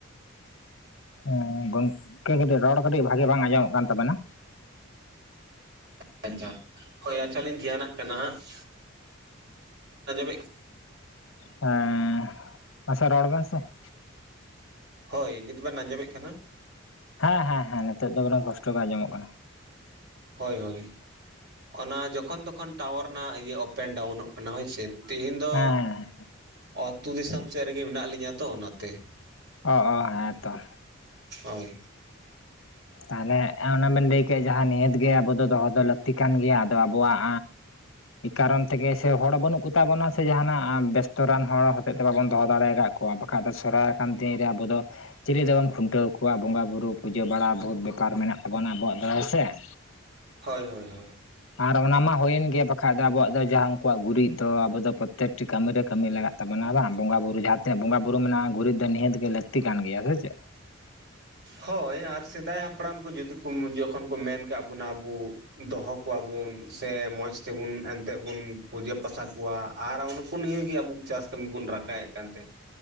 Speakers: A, on the left; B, on the right.
A: ᱦᱮᱸ ᱜᱚᱝᱠᱮ ᱠᱟᱹᱴᱤᱡ ᱨᱚᱲ ᱠᱟᱹᱴᱤᱡ ᱵᱷᱟᱜᱤ ᱵᱟᱝ ᱟᱸᱡᱚᱢᱚᱜ ᱠᱟᱱ ᱛᱟᱵᱮᱱᱟ ᱾
B: <unintelligible> ᱟᱪᱪᱷᱟ ᱦᱚᱭ ᱟᱪᱪᱷᱟ ᱞᱤᱧ ᱫᱷᱮᱭᱟᱱᱟᱜ ᱠᱟᱱᱟ ᱦᱟᱸᱜ ᱾ ᱟᱸᱡᱚᱢᱮᱜ
A: ᱦᱮᱸ ᱢᱟᱥᱮ ᱨᱚᱲ ᱵᱮᱱ ᱥᱮ ᱾
B: ᱦᱚᱭ ᱱᱤᱛ ᱵᱮᱱ ᱟᱸᱡᱚᱢᱮᱫ ᱠᱟᱱᱟ?
A: ᱦᱮᱸ ᱦᱮᱸ ᱦᱮᱸ ᱱᱤᱛᱚ ᱫᱚ ᱩᱱᱟᱜ ᱠᱚᱥᱴᱚ ᱵᱟᱝ ᱟᱸᱚᱢᱚᱜ ᱠᱟᱱᱟ ᱾
B: ᱦᱚᱭ ᱦᱚᱭ ᱚᱱᱟ ᱡᱚᱠᱷᱚᱱ ᱛᱚᱠᱷᱚᱱ ᱴᱟᱣᱟᱨ ᱨᱮᱱᱟᱜ ᱤᱭᱟᱹ ᱚᱯᱮᱱ- ᱰᱟᱣᱩᱱᱚᱜ ᱠᱟᱱᱟ ᱦᱚᱭ ᱪᱮ ᱾ ᱛᱮᱦᱤᱧ ᱫᱚ
A: ᱦᱮᱸ ᱦᱮᱸ
B: ᱟᱹᱛᱩ ᱫᱤᱥᱚᱢ ᱥᱮᱫ ᱨᱮᱜᱮ ᱢᱮᱱᱟᱜ ᱞᱤᱧᱟ ᱛᱚ ᱚᱱᱟᱛᱮ ᱾
A: ᱚ ᱦᱚ ᱦᱮᱸ ᱛᱚ ᱾
B: ᱦᱚᱭ ᱾
A: ᱛᱟᱦᱚᱞᱮ ᱚᱱᱟ ᱵᱮᱱ ᱞᱟᱹᱭ ᱠᱮᱫ ᱡᱟᱦᱟᱸ ᱱᱤᱦᱟᱹᱛ ᱜᱮ ᱟᱵᱚ ᱫᱚ ᱫᱚᱦᱚ ᱫᱚ ᱞᱟᱹᱠᱛᱤ ᱠᱟᱱ ᱜᱮᱭᱟ ᱟᱫᱚ ᱟᱵᱚᱣᱟᱜ ᱠᱟᱨᱚᱱ ᱛᱮᱜᱮ ᱥᱮ ᱦᱚᱲ ᱵᱟᱹᱱᱩᱜ ᱠᱚ ᱛᱟᱵᱚᱱᱟ ᱥᱮ, ᱡᱟᱦᱟᱱᱟᱜ ᱵᱮᱥᱛᱚᱚᱨᱟᱱ ᱦᱚᱲ ᱦᱚᱛᱮᱡ ᱛᱮ ᱵᱟᱵᱚᱱ ᱫᱚᱦᱚ ᱫᱟᱲᱮ ᱠᱟ ᱠᱚᱣᱟ ᱾ ᱵᱟᱠᱷᱟᱡ ᱫᱚ ᱥᱚᱨᱦᱟᱭ ᱟᱠᱟᱱ ᱫᱤᱱ ᱨᱮ ᱟᱵᱚ ᱫᱚ ᱪᱤᱞᱤ ᱫᱚᱵᱚᱱ ᱠᱷᱩᱱᱴᱟᱹᱣ ᱠᱚᱣᱟ ᱵᱚᱸᱜᱟ ᱵᱩᱨᱩ ᱯᱩᱡᱟᱹ ᱵᱟᱲᱟ ᱵᱚᱦᱩᱛ ᱵᱮᱯᱟᱨ ᱢᱮᱱᱟᱜ ᱛᱟᱵᱚᱱᱟ ᱟᱵᱚᱣᱟᱜ ᱫᱚ ᱦᱮ ᱥᱮ ᱾
B: ᱦᱚᱭ ᱦᱚᱭ ᱦᱚᱭ ᱾
A: ᱟᱨ ᱚᱱᱟ ᱢᱟ ᱦᱩᱭᱮᱱ ᱜᱮᱭᱟ ᱵᱟᱠᱷᱟᱡ ᱫᱚ ᱟᱵᱚᱣᱟᱜ ᱫᱚ ᱡᱟᱦᱟᱸ ᱩᱱᱠᱩᱣᱟᱜ ᱜᱩᱨᱤᱡ ᱫᱚ ᱟᱵᱚ ᱫᱚ ᱯᱨᱚᱛᱮᱠᱴᱤ ᱠᱟᱹᱢᱤ ᱨᱮ ᱠᱟᱹᱢᱤ ᱞᱟᱜᱟᱜ ᱛᱟᱵᱚᱱᱟ ᱵᱟᱝ ᱵᱚᱸᱜᱟ ᱵᱩᱨᱩ ᱡᱟᱦᱟᱸ ᱛᱤᱱᱟᱹᱜ ᱵᱚᱸᱜᱟ ᱵᱩᱨᱩ ᱢᱮᱱᱟᱜᱼᱟ ᱜᱩᱨᱤᱡ ᱫᱚ ᱱᱤᱟᱹᱛ ᱜᱮ ᱞᱟᱹᱠᱛᱤ ᱠᱟᱱ ᱜᱮᱭᱟ ᱥᱮ ᱪᱮᱫ ᱾ <inaudible>
B: ᱦᱚᱭ ᱟᱨ ᱥᱮᱫᱟᱭ ᱦᱟᱯᱲᱟᱢ ᱠᱚ ᱡᱤᱫᱤ ᱡᱚᱠᱷᱚᱱ ᱠᱚ ᱢᱮᱱ ᱠᱟᱜ ᱵᱚᱱᱟ ᱟᱵᱚ ᱫᱚᱦᱚ ᱠᱚᱣᱟᱵᱩᱱ ᱥᱮ ᱢᱚᱸᱡᱽ ᱛᱮᱵᱩᱱ ᱮᱱᱛᱮ ᱵᱩᱱ ᱯᱩᱡᱟᱹ ᱯᱟᱥᱟ ᱠᱚᱣᱟ ᱟᱨ ᱩᱱᱠᱩ ᱱᱤᱭᱮ ᱟᱵᱚ ᱪᱟᱥ ᱠᱟᱹᱢᱤ ᱵᱚᱱ ᱨᱟᱠᱟᱵᱮᱫ ᱠᱟᱱ ᱛᱟᱦᱮᱱᱟ ᱾